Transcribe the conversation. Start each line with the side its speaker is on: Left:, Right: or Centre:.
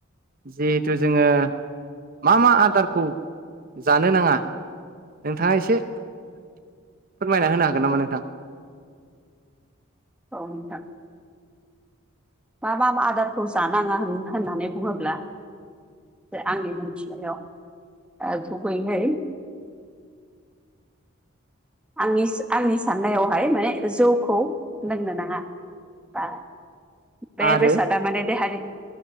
Right: जिहेथु जोंङो मा मा आदारखौ जानो नांङा नोंथांङा एसे फोरमायना होनो हागोन नामा नोंथां?
Centre: औ नोंथां। मा मा आदारखौ जानांङा होन होननानै बुंङोब्ला आंनि मोनथिनायाव ओ गुबैयै आंनि आंनि साननायावहाय माने जौखौ लोंनो नाङा। बा बे
Right: आरो
Centre: बेसाद दा माने देहानि